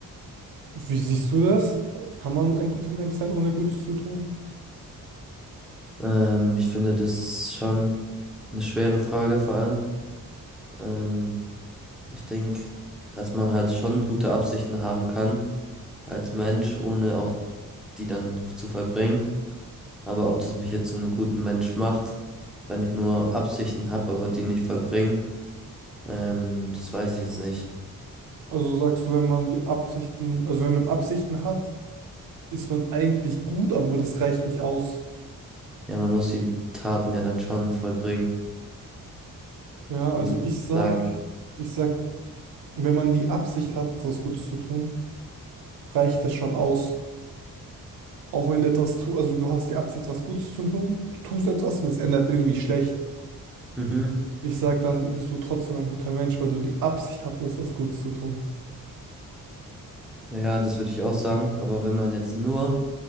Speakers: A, on the right; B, in the centre.
A: Wie siehst du das? Kann man ein guter Mensch sein, ohne Gutes zu tun?
B: Ähm, ich finde das schon eine schwere Frage vor allem. Ähm, Ich denke, dass man halt schon gute Absichten haben kann als Mensch, ohne auch die dann zu vollbringen. Aber ob das mich jetzt zu einem guten Mensch macht, wenn ich nur Absichten habe, aber die nicht vollbringen, ähm, das weiß ich jetzt nicht.
A: Also sagst du, wenn man die Absichten, also wenn man Absichten hat, ist man eigentlich gut, aber das reicht nicht aus.
B: Ja, man muss die Taten ja dann schon vollbringen,
A: Ja,
B: würde
A: also
B: ich
A: ich
B: jetzt
A: sag,
B: mal sagen.
A: ich sag, wenn man die Absicht hat, etwas Gutes zu tun, reicht das schon aus. Auch wenn du etwas tust, also du hast die Absicht, was Gutes zu tun, du tust etwas und es ändert irgendwie schlecht.
B: Mhm.
A: Ich sag dann, bist du trotzdem ein guter Mensch, weil du die Absicht hattest, was Gutes zu tun.
B: Ja, das würde ich auch sagen. Aber wenn man jetzt nur